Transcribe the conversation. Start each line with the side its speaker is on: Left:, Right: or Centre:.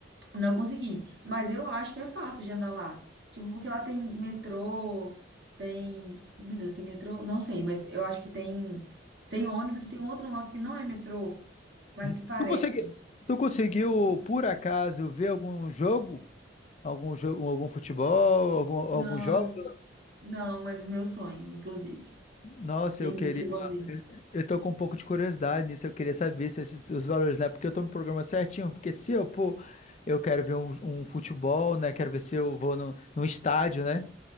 Right: não consegui, mas eu acho que é fácil de andar lá. Tipo, porque lá tem metrô, tem. Meu Deus, tem metrô? Não sei, mas eu acho que tem. Tem ônibus e tem um outro negócio que não é metrô, mas
Left: Uhum.
Right: que parece.
Left: Tu conseguiu, tu conseguiu, por acaso, ver algum jogo? Algum jogo, algum futebol, algum, algum
Right: Não,
Left: jogo?
Right: não, mas meu sonho, inclusive.
Left: Nossa,
Right: E
Left: eu
Right: não
Left: queria.
Right: chegou a ver.
Left: Eu tô com um pouco de curiosidade nisso. Eu queria saber se esses, os valores, né? Porque eu tô no programa certinho. Porque se eu for, eu quero ver um, um futebol, né? Quero ver se eu vou no, num estádio, né?